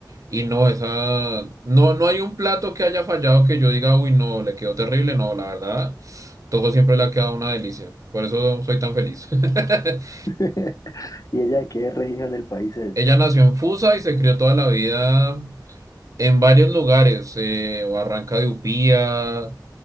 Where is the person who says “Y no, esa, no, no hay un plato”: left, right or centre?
Right